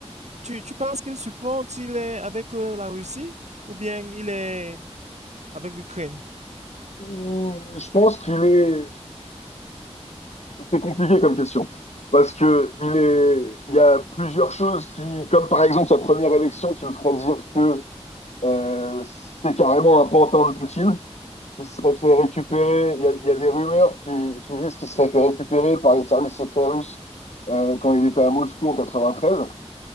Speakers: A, on the right; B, on the left.
A: tu, tu penses qu'il supporte, il est avec euh, la Russie, ou bien il est avec l'Ukraine.
B: Hum, Je pense qu'il est, c'est compliqué comme question. Parce que il est, il y a plusieurs choses qui, comme par exemple sa première élection qui me ferait dire que euh, c'est carrément un pantin de Poutine. qui serait fait récupérer. Il y a, il y a des rumeurs qui, qui disent qu'il serait fait récupérer par les services secrets russes euh, quand il était à Moscou en 93.